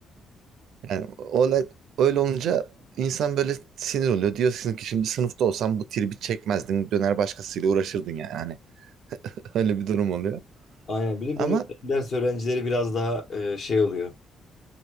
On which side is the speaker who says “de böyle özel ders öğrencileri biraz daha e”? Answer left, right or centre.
Left